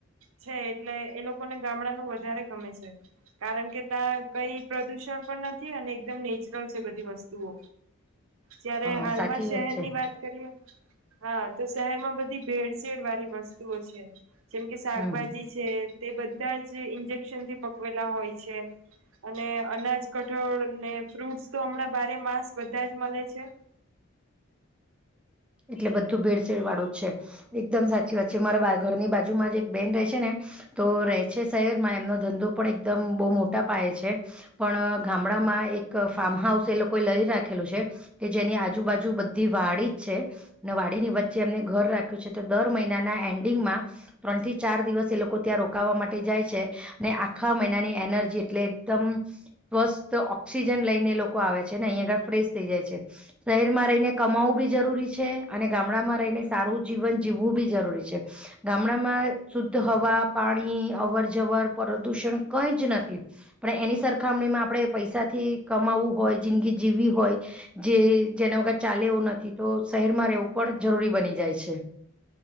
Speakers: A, on the right (about 80°); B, in the centre.
A: છે એટલે એ લોકોને ગામડાનું વધારે ગમે છે કારણ કે ત્યાં કઈ પ્રદુષણ પણ નથી અને એકદમ નેચરલ છે બધી વસ્તુઓ જય્યારે હાલમાં
B: હ સાચી
A: શહેર
B: છે
A: ની વાત કરીએ હા તો શહેર માં બધી ભેળસેળ વાળી વસ્તુઓ છે. જેમ કે શાકભાજી
B: હમ
A: છે તે બધા જ ઇન્જેક્શનથી પકવેલા હોય છે અને અનાજ કઠોળ ને ફ્રૂટસ તો હમણાં બારે માસ બધા જ મલે છે.
B: એટલે બધું ભેડસેડ વાળું જ છે. એકદમ સાચી વાત છે મારા બા ઘરની બાજુમાં જે એક બેન રહે છે ને તો રહે છે શહેર માં એમનો ધંધો પણ એકદમ બહુ મોટા પાયે છે પણ ગામડામાં એક ફાર્મ હાઉસ એ લોકોએ લઈ રાખેલું છે કે જેની આજુબાજુ બધી વાળી છે ને વાડીની વચ્ચે એમને ઘર રાખ્યું છે તો દર મહિનાના એન્ડિંગમાં ત્રણ થી ચાર દિવસ એ લોકો ત્યાં રોકવા માટે જાય છે ને આખા મહિનાની એનર્જી એટલે એકદમ સ્વસ્થ ઓક્સિજન લઈને લોકો આવે છે ને અહીં આગળ ફ્રેશ થઈ જાય છે. શહેરમાં રહીને કમાવું બી જરૂરી છે અને ગામડામાં રહીને સારું જીવન જીવવું બી જરૂરી છે. ગામડામાં શુદ્ધ હવા પાણી અવર જવર પ્રદુષણ કઈ જ નથી પણ એની સરખામણીમાં આપણે પૈસાથી કમાવવું હોય જિંદગી જીવવી હોય જે જેને વગર ચાલે એવું નથી તો શહેરમાં રહેવું પણ જરૂરી બની જાય છે.